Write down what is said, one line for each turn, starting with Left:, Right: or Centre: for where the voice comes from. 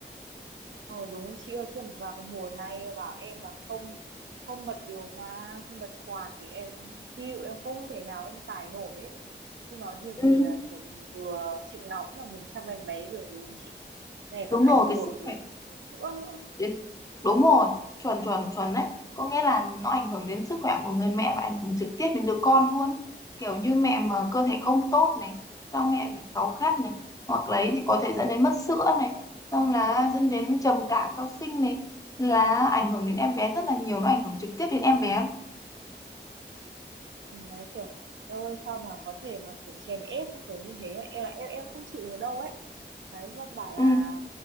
Right: Ờ đúng rồi, chị ơi khi mà vào cái mùa này bảo em là không không bật điều hòa không bật quạt thì em chịu em không thể nào em tải nổi ấy. chứ nói việc
Left: Ừ.
Right: gì là kiểu mình vừa chịu nóng mà mình chăm em bé được đúng không chị này
Left: đúng
Right: còn ảnh
Left: rồi
Right: hưởng
Left: cái sức
Right: đến
Left: khỏe
Right: sữa nữa
Left: đến đúng rồi chuẩn chuẩn chuẩn đấy có nghĩa là nó ảnh hưởng đến sức khỏe của người mẹ và ảnh hưởng trực tiếp đến đứa con luôn ấy. kiểu như mẹ mà cơ thể không tốt này xong mẹ bị cáu gắt này hoặc lấy thì có thể dẫn đến mất sữa này xong là dẫn đến trầm cảm sau sinh này là ảnh hưởng đến em bé rất là nhiều nó ảnh hưởng trực tiếp đến em bé luôn
Right: Ừ, đấy kiểu em ơi sao mà có thể mà kiểu chèn ép kiểu như thế ấy? em là em em không chịu được đâu ấy đấy con bảo là
Left: ừ